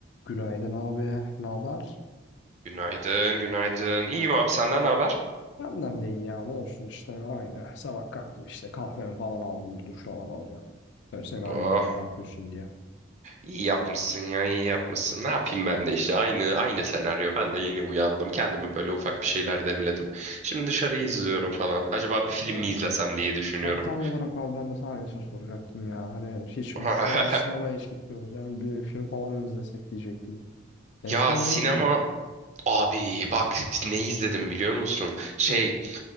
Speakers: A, on the left; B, on the right.
A: Günaydın abi. Ne haber?
B: Günaydın, günaydın. İyiyim abi, senden ne haber?
A: Benden de iyi ya. Ne olsun işte aynı. Sabah kalktım işte kahvemi falan aldım. Bir duş falan alacağım. Tabii seni arayayım
B: Oh,
A: dedim ne yapıyorsun diye.
B: iyi yapmışsın ya, iyi yapmışsın. Ne yapayım ben de işte aynı aynı senaryo. Ben de yeni uyandım. Kendimi böyle ufak bir şeyler demledim. Şimdi dışarıyı izliyorum falan. Acaba bir film
A: Aa.
B: mi izlesem diye düşünüyorum.
A: Ha, tam olarak abi ben de sana aynısını soracaktım ya. Hani hiç uçmalara
B: <laughs>
A: sinemaya hiç gitmiyoruz. Yani bir film falan mı izlesek diyecektim. En
B: Ya
A: son
B: sinema
A: ne izledin?
B: abi bak işte ne izledim biliyor musun? Şey,
A: Hı.